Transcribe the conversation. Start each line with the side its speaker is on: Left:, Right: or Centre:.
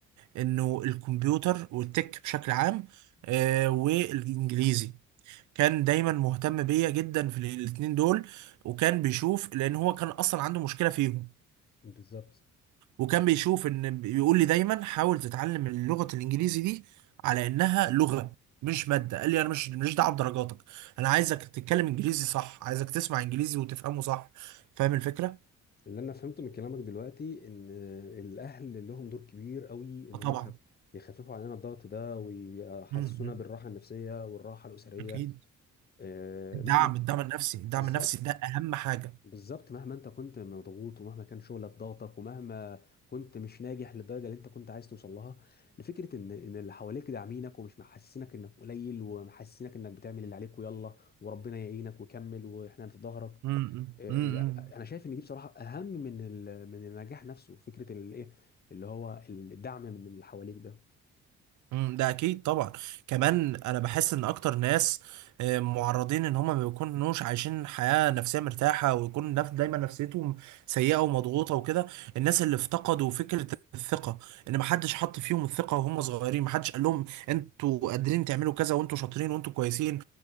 Right: انه الكمبيوتر والتك بشكل عام آه والانجليزي كان دايما مهتم بيا جدا في الاتنين دول وكان بيشوف لان هو كان اصلا عنده مشكلة فيهم
Left: بالظبط
Right: وكان بيشوف ان بيقول لي دايما حاول تتعلم اللغه الانجليزي دي على انها لغه مش ماده قال لي انا مش مش دعوه بدرجاتك انا عايزك تتكلم انجليزي صح عايزك تسمع انجليزي وتفهمه صح فاهم الفكره
Left: اللي انا فهمته من كلامك دلوقتي ان الاهل لهم دور كبير قوي ان
Right: آه
Left: هم
Right: طبعا
Left: يخف يخففوا علينا الضغط ده ويحسسونا
Right: امم إمم.
Left: بالراحه النفسيه والراحه الاسريه
Right: اكيد
Left: آه،
Right: الدعم
Left: مهما
Right: الدعم النفسي الدعم
Left: بالظبط
Right: النفسي ده اهم حاجه
Left: بالظبط مهما انت كنت مضغوط ومهما كان شغلك ضاغطك ومهما كنت مش ناجح للدرجه اللي انت كنت عايز توصل لها لفكره ان ان اللي حواليك داعمينك ومش محسسينك انك قليل ومحسسينك انك بتعمل اللي عليك ويلا وربنا يعينك وكمل واحنا في ظهرك
Right: امم
Left: آه،
Right: امم
Left: آه، انا شايف ان دي بصراحه اهم من ال- من النجاح نفسه فكره الايه اللي هو الدعم من اللي حواليك ده
Right: مم، ده اكيد طبعا كمان انا بحس ان اكتر ناس آه، معرضين ان هما ما بيكونوش عايشين حياة نفسية مرتاحة ويكون نف- دايما نفسيتهم سيئة ومضغوطة وكده الناس اللي افتقدوا فكرة الثقة ان محدش حط فيهم الثقة وهم صغيرين محدش قال لهم انتوا قادرين تعملوا كذا وانتوا شاطرين وانتوا كويسين